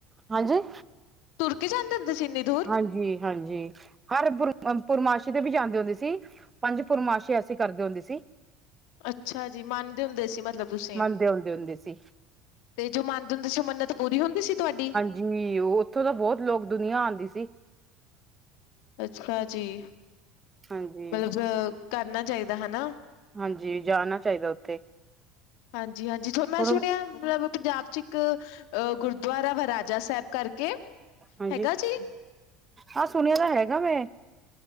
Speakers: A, on the right; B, on the left.
A: ਹਾਂਜੀ
B: ਤੁਰ ਕੇ ਜਾਂਦੇ ਹੁੰਦਾ ਸੀ ਇੰਨੀ ਦੂਰ।
A: ਹਾਂਜੀ- ਹਾਂਜੀ ਹਰ ਪੁਰ ਪੁਰਨਮਾਸੀ਼ ਤੇ ਵੀ ਜਾਂਦੇ ਹੁੰਦੇ ਸੀ। ਪੰਜ ਪੁਰਨਮਾਸੀ ਅਸੀ ਕਰਦੇ ਹੁੰਦੇ ਸੀ।
B: ਅੱਛਾ ਜੀ! ਮੰਨਦੇ ਹੁੰਦੇ ਸੀ ਮ ਮਤਲਬ ਤੁਸੀਂ,
A: ਮੰਨਦੇ ਆਉਂਦੇ ਹੁੰਦੇ ਸੀ
B: ਤੇ ਜੋ ਮੰਨਦੇ ਹੁੰਦੇ ਸੀ ਮੰਨਤ ਪੂਰੀ ਹੁੰਦੀ ਸੀ ਤੁਹਾਡੀ?
A: ਜੀ, ਉਹ ਉੱਥੋਂ ਤਾਂ ਬਹੁਤ ਲੋਕ ਦੁਨੀਆਂ ਆਉਂਦੀ ਸੀ।
B: ਅੱਛਾ ਜੀ!
A: ਹਾਂਜੀ,
B: ਮਤਲਬ ਕਰਨਾ ਚਾਹੀਦਾ ਹਨਾ!
A: ਹਾਂਜੀ ਜਾਣਾ ਚਾਹੀਦਾ ਉੱਥੇ
B: ਹਾਂਜੀ -ਹਾਂਜੀ ਥੋਨੂੰ
A: ਥੋੜਾ
B: ਮੈਂ ਸੁਣਿਆ ਮਤਲਬ ਪੰਜਾਬ ਚ ਇੱਕ ਅ ਗੁਰਦੁਆਰਾ ਵਾ ਰਾਜਾ ਸਾਹਿਬ ਕਰਕੇ।
A: ਹਾਂਜੀ!
B: ਹੈਗਾ ਜੀ?
A: ਆਹ ਸੁਣਿਆ ਤਾਂ ਹੈਗਾ ਮੈਂ,